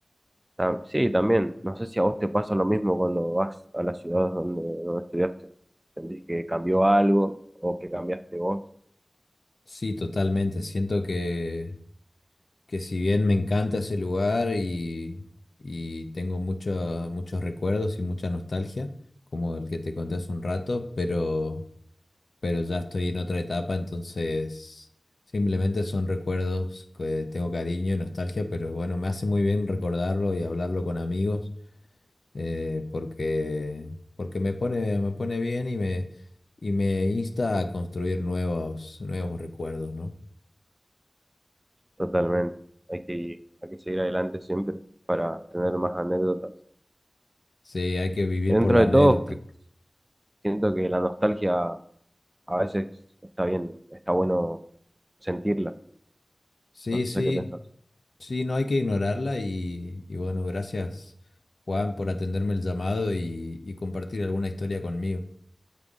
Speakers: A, on the right (about 25°); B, on the left (about 70°).
A: Ta- Sí, también. No sé si a vos te pasa lo mismo cuando vas a las ciudades donde, donde estudiaste. ¿Sentís que cambió algo o que cambiaste vos?
B: Sí, totalmente. Siento que, que si bien me encanta ese lugar y, y tengo mucho- muchos recuerdos y mucha nostalgia, como el que te conté hace un rato, pero... pero ya estoy en otra etapa, entonces simplemente son recuerdos que tengo cariño y nostalgia, pero bueno, me hace muy bien recordarlo y hablarlo con amigos, eh, porque, porque me pone, me pone bien y me, y me insta a construir nuevos, nuevos recuerdos, ¿no?
A: Totalmente. Hay que, hay que seguir adelante siempre para tener más anécdotas.
B: Sí, hay que vivir
A: Dentro
B: por la
A: de
B: anécdota.
A: todo, que- siento que la nostalgia a veces está bien, está bueno sentirla.
B: Sí,
A: No
B: sí,
A: sé qué pensás.
B: sí, no hay que ignorarla y, y bueno, gracias. Juan, por atenderme el llamado y y compartir alguna historia conmigo.